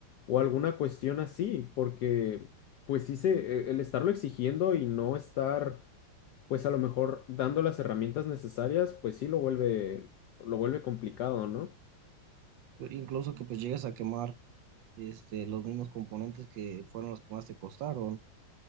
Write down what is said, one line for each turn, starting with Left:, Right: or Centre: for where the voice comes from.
Left: o alguna cuestión así, porque pues sí se, e- el estarlo exigiendo y no estar, pues a lo mejor dando las herramientas necesarias, pues sí lo vuelve, lo vuelve complicado, ¿no?
Right: incluso que pues llegues a quemar este, los mismos componentes que fueron los que más te costaron.